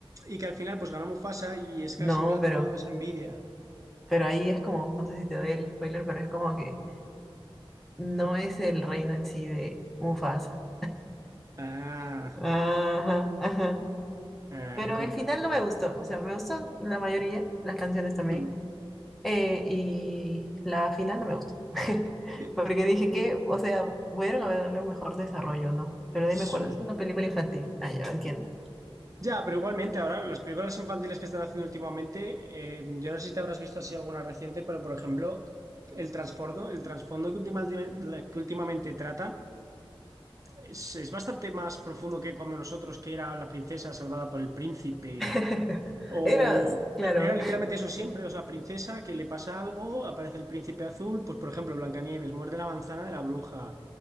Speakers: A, on the right; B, in the centre.
A: Y que al final, pues ganó Mufasa y Scar
B: No,
A: siempre ha tenido
B: pero,
A: esa envidia.
B: pero ahí es como, no sé si te doy el spoiler, pero es como que no es el reino en sí de Mufasa.
A: Ah,
B: Ajá, ajá.
A: ah,
B: Pero
A: he comprendido.
B: el final no me gustó, o sea, me gustó la mayoría, las canciones también,
A: Hmm,
B: Eh, y la final no me gustó. <laughs>
A: Sí.
B: Porque dije que, o sea, pudieron haberle un mejor desarrollo, ¿no? Pero de
A: Sí.
B: ahí me acuerdo, es una película infantil. Ah, ya,
A: sí.
B: entiendo.
A: Ya, pero igualmente ahora las películas infantiles que están haciendo últimamente, eh, yo no sé si te habrás visto así alguna reciente, pero por ejemplo, el trasfondo, el trasfondo que últimamente, que últimamente tratan es, es bastante más profundo que cuando nosotros, que era la princesa salvada por el príncipe,
B: <laughs>
A: o
B: Era, claro,
A: era literalmente eso siempre, o sea, princesa que le pasa algo, aparece el príncipe azul, pues por ejemplo, Blancanieves muerde la manzana de la bruja.